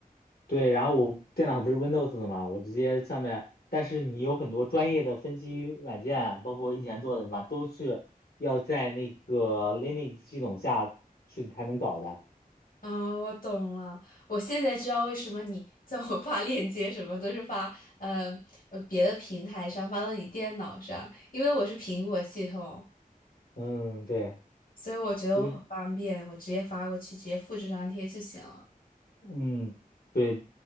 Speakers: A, on the left; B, on the left.
A: 对，然后我电脑不是 Windows 的嘛，我直接上面，但是你有很多专业的分析软件，包括我以前做的什么，都是要在那个 Linux 系统下去才能搞的。
B: 嗯，我懂了，我现在知道为什么你叫我发链接，什么都是发，嗯呃，别的平台上发到你电脑上，因为我是苹果系统，
A: 嗯，对，
B: 所以我觉得我很方便，
A: 所以
B: 我直接发过去，直接复制粘贴就行了。
A: 嗯，对，